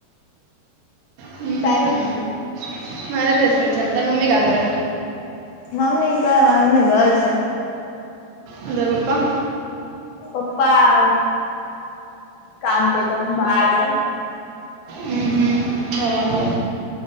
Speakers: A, on the right (about 85°); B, on the left (about 75°).
A: હમ
B: તારે
A: હમ મારા બી અસલ ચાલે તારી મમ્મી કા કરે.
B: મમ્મી ક વામે ઘર છે.
A: અન તારા પપ્પા.
B: પપ્પા કામ છે તો બાર છે.
A: હમ હમ. બરાબર